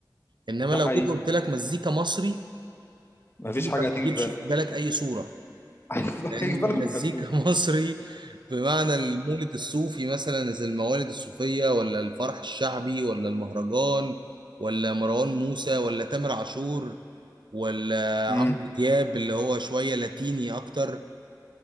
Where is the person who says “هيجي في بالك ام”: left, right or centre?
Left